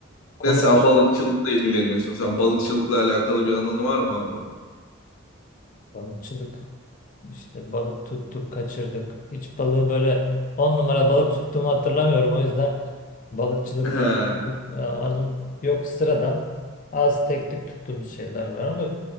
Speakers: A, on the left; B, on the left.
A: Konu
B: Mesela
A: başlığı
B: balıkçılıkla ilgileniyorsun. Sen balıkçılıkla alakalı bir anın var mı abi?
A: balıkçılık. İşte balık tuttuk, kaçırdık. Hiç balığı böyle on numara balık tuttuğumu hatırlamıyorum. O yüzden balıkçılıkla
B: He.
A: ilgili çok, e, anım yok. Sıradan az tek tük tuttuğumuz şeyler var ama